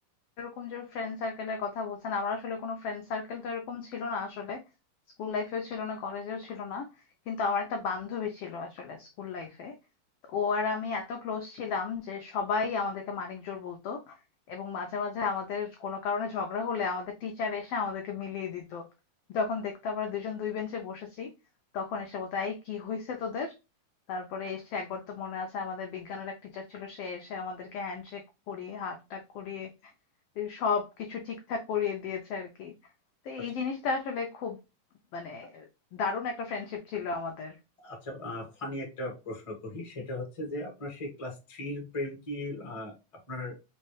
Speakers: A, on the left; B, on the left.
A: এরকম যে ফ্রেন্ড সার্কেলের কথা বলছেন আমার আসলে কোনো ফ্রেন্ড সার্কেল তো এরকম ছিল না আসলে স্কুল লাইফেও ছিল না কলেজেও ছিল না কিন্তু আমার একটা বান্ধবী ছিল আসলে স্কুল লাইফে ও আর আমি এত ক্লোজ ছিলাম যে সবাই আমাদেরকে মানিক জোড় বলতো এবং মাঝে মাঝে আমাদের কোনো কারণে ঝগড়া হলে আমাদের টিচার এসে আমাদেরকে মিলিয়ে দিত যখন দেখতো আমরা দুজন দুই বেঞ্চে বসেছি তখন এসে বলতো এই কি হয়েছে তোদের তারপরে এসে একবার তো মনে আছে আমাদের বিজ্ঞানের এক টিচার ছিল সে এসে আমাদেরকে হ্যান্ডশেক করিয়ে হাতটাক করিয়ে সব কিছু ঠিকঠাক করিয়ে দিয়েছে আর কি তো
B: আচ্ছা
A: এই জিনিসটা আসলে খুব মানে দারুণ একটা ফ্রেন্ডশিপ ছিল আমাদের
B: আচ্ছা ফানি একটা প্রশ্ন করি সেটা হচ্ছে যে আপনার সেই ক্লাস থ্রির প্রেম কি আহ, আপনার